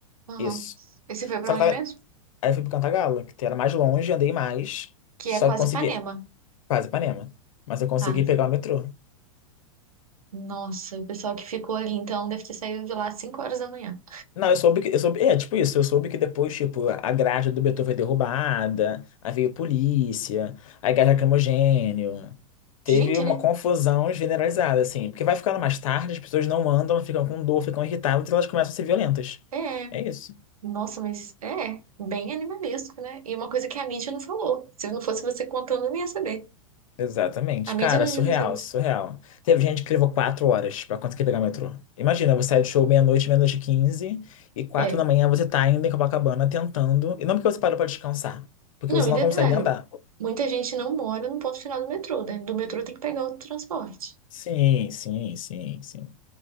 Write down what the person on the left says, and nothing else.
Isso.
Só que
tava-
aí eu fui pro Cantagalo, que era mais longe, andei mais,
só
que consegui,
quase Ipanema, mas eu consegui
pegar o metrô.
Não, eu soube que. Eu soube, é, tipo isso, eu soube que depois, tipo, a grade do Beethoven foi derrubada, aí veio polícia, aí gás lacrimogênio. Teve
uma
confusão generalizada, assim. Porque vai ficando mais tarde, as pessoas não andam, ficam com dor, ficam irritadas e elas começam a ser violentas.
É isso.
Exatamente.
Cara,
surreal,
surreal. Teve gente que levou quatro horas pra conseguir pegar o metrô. Imagina, você sai do show meia-noite, meia-noite e quinze, e quatro
da manhã você tá ainda em Copacabana tentando. E não porque você parou pra descansar, porque
você
não
consegue andar.
Sim, sim, sim, sim.